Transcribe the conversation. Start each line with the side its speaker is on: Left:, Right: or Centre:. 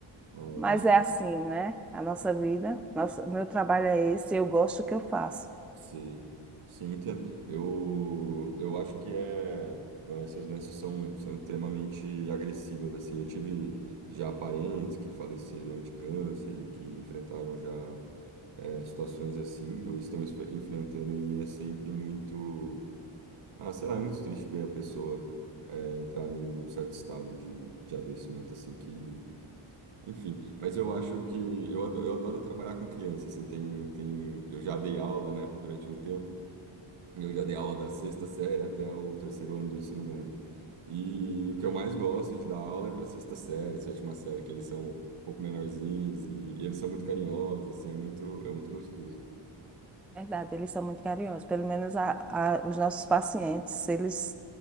Right: Ah,
Centre: Mas
Right: imagino.
Centre: é assim, né? A nossa vida, nosso, meu trabalho é esse, eu gosto do que eu faço.
Right: Sim, sim, entendo. Eu, eu acho que é. Não, essas doenças são, são extremamente agressivas, assim. Eu tive já parentes que faleceram de câncer e que enfrentaram já é, situações assim, ou estão enf- enfrentando, e é sempre muito. Ah, sei lá, é muito triste ver a pessoa é, entrar num, num certo estado de, de adoecimento, assim, que. Enfim, mas eu acho que. Eu adoro, eu adoro trabalhar com criança, assim. Tem, tem, eu já dei aula, né, durante um tempo. Eu já dei aula da sexta série até o terceiro ano do ensino médio. E o que eu mais gosto de dar aula é para sexta série, sétima série, que eles são um pouco menorzinhos e, e eles são muito carinhosos, assim, é muito, é muito gostoso.
Centre: Verdade, eles são muito carinhosos. Pelo menos a- a- os nossos pacientes, eles